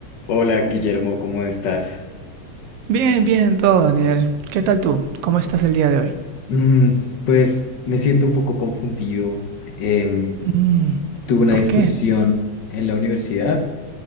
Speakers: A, on the left; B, on the right.
A: Hola Guillermo, ¿cómo estás?
B: Bien, bien, todo, Daniel. ¿Qué tal tú? ¿Cómo estás el día de hoy?
A: Mm, pues me siento un poco confundido. Em,
B: Mm,
A: tuve una
B: ¿por
A: discusión
B: qué?
A: en la universidad